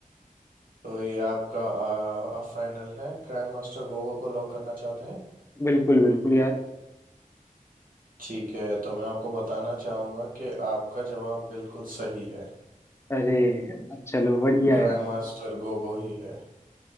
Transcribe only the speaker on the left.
बिल्कुल बिल्कुल यार
अरे यार चलो बढ़िया
यार